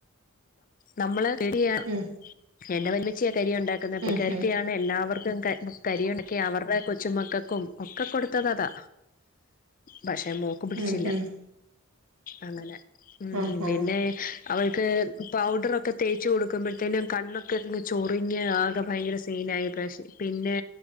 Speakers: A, on the left (about 40°); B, on the right (about 75°).
A: നമ്മള് എടിയ
B: ഉം
A: എന്റെ വല്യമ്മച്ചിയ കരി ഉണ്ടാക്കുന്നത്
B: ഉം
A: പുള്ളി കാരത്തിയാ എല്ലാവർക്കും കരി ഉണക്കി അവരുടെ കൊച്ചുമക്കൾക്കും ഒക്കെ കൊടുത്തത്താ പക്ഷെമോ അവൾക്ക്പിടിച്ചില്ല
B: ഉം ഉം ഉം ഉം
A: അങ്ങനെ ഉ
B: ആഹാ
A: പിന്നെ അവൾക്ക് പൗഡറൊക്കെ തേച്ചു കൊടുക്കുമ്പോഴത്തേനും കണ്ണൊക്കെയങ്ങ് ചൊറിഞ്ഞ് ആകെ ഭയങ്കര സീനായി ഈ പ്രവിശ്യം. പിന്നെ.